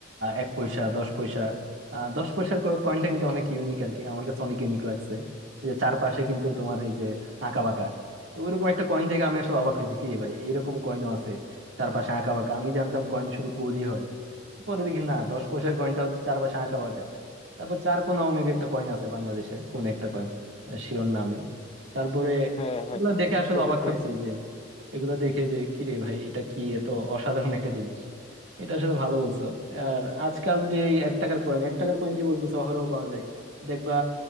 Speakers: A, on the right; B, on the left.
A: এক পয়সা দশ পয়সা আহ, দশ পয়সার কয়েনটা কিন্তু অনেক ইউনিক আর কি আমার কাছে অনেক ইউনিক লাগছে এই যে চারপাশে কিন্তু তোমার এই যে আঁকা বাঁকা তো ওইরকম একটা কয়েন থেকে আমি আসলে অবাক হয়েছি কি রে ভাই এরকম কয়েনও আছে চারপাশে আঁকা বাঁকা আমি জানতাম কয়েন শুধু গোলই হয় পরে দেখি না দশ পয়সার কয়েনটা হচ্ছে চার পাশে আঁকা বাঁকা তারপর চার কোনাও মেবি একটা কয়েন আছে বাংলাদেশের কোন একটা কয়েন শিওর না আমি তারপরে
B: হ্যাঁ হ্যাঁ
A: এগুলো দেখে
B: এক
A: আসলে
B: পয়সার
A: অবাক
B: কয়েন
A: হয়েছি এগুলো দেখে যে কি রে ভাই এটা কি এত অসাধারণ একটা জিনিস এটা আসলে ভালো বলছো আর আজকাল যে এই এক টাকার কয়েন এক টাকার কয়েন যে বলতো শহরেও পাওয়া যায় দেখবা